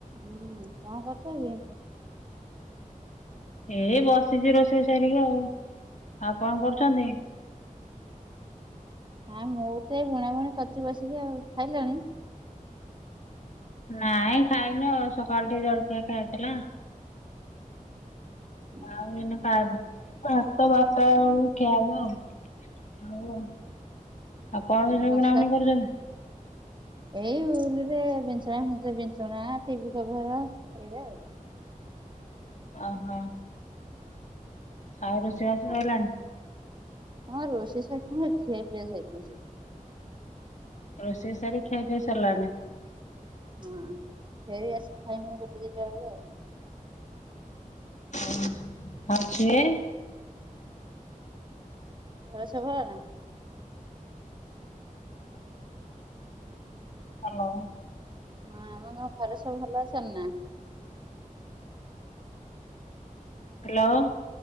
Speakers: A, on the right; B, on the left.
A: ହୁଁ କଁ କରୁଛ କି?
B: ଏଇ ବସିଛି ରୋଷେଇ ସାରିକି ଆଉ ଆଉ କଣ କରୁଛନ୍ତି?
A: ହାଁ ମୁଁ ତ ଏ ବୁଣା ବୁଣି କରୁଛି ବସିକି ଆଉ ଖାଇଲଣି?
B: ନାଇଁ ଖାଇନି ଆଉ ସକାଳୁ ଟିକେ ଜଳଖିଆ ଖାଇଥିଲା।
A: ହୁଁ
B: ଆଉ ଏଇନେ ଖାଇନ? ବାରାଟା ବାରାଟା ବେଳୁକୁ ଖିଆ ହବ ଆଉ ବାରାଟା ବେଳୁକୁ ଆଉ। ଆଉ କଣ ସବୁ
A: ବର୍ଷା
B: ବୁଣା ବୁଣି କରୁଛନ୍ତି?
A: ଏଇ ଉଲୁରେ ବିଚଣା ଫିଚେ ବିଚଣା ଟିଭି କଭର ଏଇା ଆଉ।
B: ଓ ହୋ। ଆଉ ରୋଷେଇ ବାସ
A: ଆଉ
B: ହେଲାଣି?
A: କଣ ହଁ ରୋଷେଇ ସରିକି ଖିଆ ପିଆ ସଇଲାଣି ସବୁ।
B: ରୋଷେଇ ସାରି ଖିଆ ପିଆ ସିରିଲାଣି।
A: ହଁ ଫେର ଆସି ଖାଇମୁଁ ଗୋଟେ ଦିଟା ବେଳୁକୁ ଆଉ।
B: ଓ ହୋ ଆଉ ସିଏ।
A: ର ସଭା ନାହିଁ।
B: ହାଲୋ।
A: ହଁ ଆଉ କଁ ତମ ଘରେ ସବୁ ଭଲ ଅଛନ୍ତି ନା?
B: ହାଲୋ।